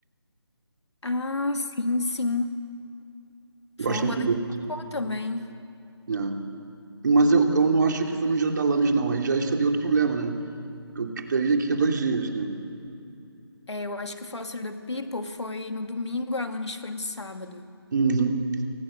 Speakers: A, on the left; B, on the right.
A: Ah, sim, sim.
B: Gosto
A: Foi uma
B: muito
A: banda
B: dele.
A: que tocou também.
B: né? Mas eu, eu não acho que foi no dia da Lannis, não. Aí já seria outro problema, né? Eu que teria que ir dois dias, né?
A: É, eu acho que o Foster the People foi no domingo, a Alanis foi no sábado.
B: Uhum.